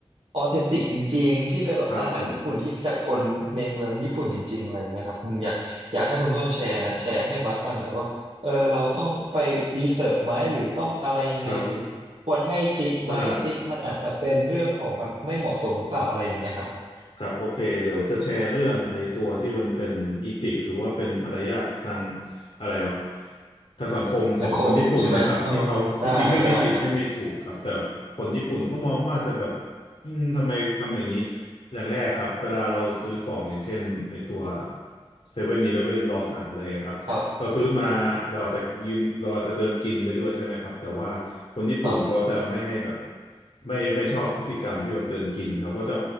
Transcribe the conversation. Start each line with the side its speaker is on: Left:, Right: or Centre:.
Right: ออเทนติกจริงๆที่เป็นแบบอาหารญี่ปุ่นที่จากคนในเมืองญี่ปุ่นจริงๆอะไรอย่างเงี้ยครับอืมอยากอยากให้คุณต้นแชร์แชร์ให้บัสฟังหน่อยว่าเออเราต้องไปรีเสิร์ชไหมหรือต้องอะไรยังไงหรือ
Left: ครับผมครับ
Right: ควรให้ติปไหมติปมันอาจจะเป็นเรื่องของแบบไม่เหมาะสมหรือเปล่าอะไรอย่างเงี้ยครับ
Left: ได้ ครับโอเคเดี๋ยวจะแชร์เรื่องไอ้ตัวที่มันเป็นอีติกหรือว่าเป็นมารยาททางอะไรวะทางสังคมของคนญี่ปุ่นนะครับที่เขาจริงๆไม่มีผิดไม่มีถูกครับแต่คนญี่ปุ่นเขามองเขาอาจจะแบบ
Right: สังคมใช่ไหมเออได้ได้ครับ
Left: อืมทำไมทำอย่างนี้อย่างแรกครับเวลาเราซื้อของอย่างเช่นไอ้ตัวเซเว่นอีเลฟเว่นลอสันเลยครับ
Right: ครับ
Left: เราซื้อมาเราอาจจะยืนเราอาจจะเดินกินไปด้วยใช่ไหมครับแต่ว่าคนญี่ปุ่นเขาจะไม่ให้แบบ
Right: ครับ
Left: ไม่ไม่ชอบพฤติกรรมที่แบบเดินกินครับเขาจะ